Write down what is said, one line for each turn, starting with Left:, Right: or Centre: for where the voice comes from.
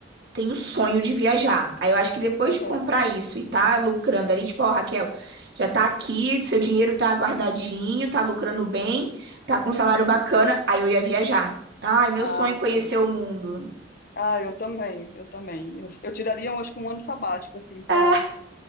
Right: tenho sonho de viajar. Aí eu acho que depois
Left: Aham.
Right: de comprar isso e tá lucrando ali, tipo, ó, Raquel, já tá aqui, seu dinheiro tá guardadinho, tá lucrando bem, tá com
Left: Uhum.
Right: um salário bacana, aí eu ia viajar. Ai, meu
Left: Ah,
Right: sonho é conhecer
Left: sim.
Right: o mundo.
Left: Ah, eu também, eu também. Eu, eu tiraria, eu acho que um ano sabático, assim, pra
Right: Ah,